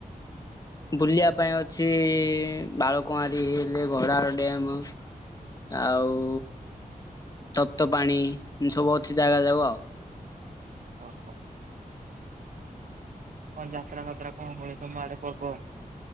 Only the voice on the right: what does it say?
ଓ ହୋ। କଣ ଯାତ୍ରା ଫାତ୍ରା କଣ ହୁଏ ତମ ଆଡେ ପର୍ବ?